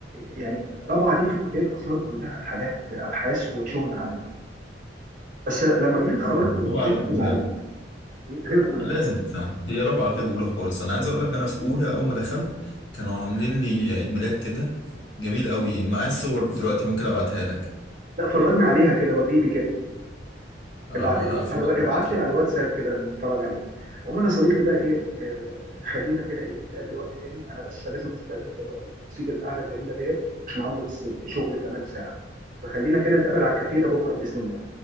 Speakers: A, on the right; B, on the left.
A: يعني رابعه دي في كليه اثار كلها حاجات ابحاث وشغل عملي بس لما جيت اتخرجت
B: طبعاً،
A: من الكليه
B: رابعه غير
A: كنت زعلان
B: اولى
A: إيه، غير اولى
B: لازم
A: لا
B: تساعد هي رابعه غير اولى خالص انا عايز اقول لك انا في اولى اول ما دخلت كانوا عاملين لي عيد ميلاد كده جميل قوي معايا الصور دلوقتي ممكن ابعتها لك
A: لا فرجني عليها كده وريني كده
B: اه
A: ابعت لي
B: هقفل
A: كده على
B: معاك
A: الوا-
B: وأبعتها
A: ابعت لي
B: لك.
A: على الواتساب كده نتفرج عليه عموما يا صديقي بقى ايه آه خلينا كده ايه نتقابل وقت تاني انا بس لازم استأذن دلوقتي واسيب القعده الجميله ديت عشان عندي بس شغل كمان ساعه فخلينا كده نتقابل على الكافيه ده بكره باذن الله